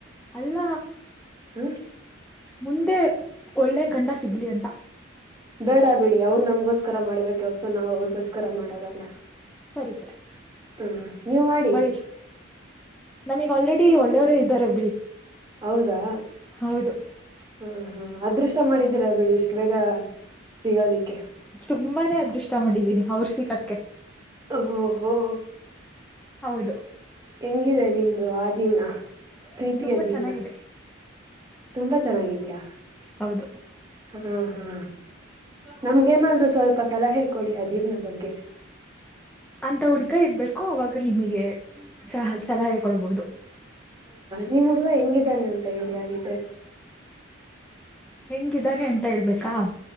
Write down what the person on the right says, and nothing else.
ಹ
ಬೇಡ ಬಿಡಿ ಅವ್ರು ನಮಗೋಸ್ಕರ ಮಾಡ್ಬೇಕ ಹೊತ್ತು ನಾವ್ ಅವ್ರ ಪುಸ್ಕರ ಮಾಡ <inaudible>
ಹ್ಮ್ ನೀವ್ ಮಾಡಿ
ಹೌದಾ
ಹ್ಮ ಹಾ ಅದೃಶ ಮಾಡಿದ್ದೀರ ಬಿಡಿ ಇಷ್ಟ ಬೇಗ ಸಿಗೋದಿಕ್ಕೆ
ಓಹೋ
ಹೆಂಗಿದೆ ನಿಮ್ದು ಆ ಜೀವನ ಪ್ರೀತಿಯ
ಜೀವನ
ತುಂಬಾ ಚೆನ್ನಾಗಿದ್ಯಾ
ಹಾ ಹಾ ನಮ್ಗೇನಾದ್ರು ಸ್ವಲ್ಪ ಅ ಸಲಹೆ ಕೊಡಿ ಆ ಜೀವ್ನ ಬಗ್ಗೆ
ನಿಮ ಹುಡುಗ ಹೆಂಗಿದ್ದಾನೆ ಅಂತ ರಿ ಆಗಿದ್ರೆ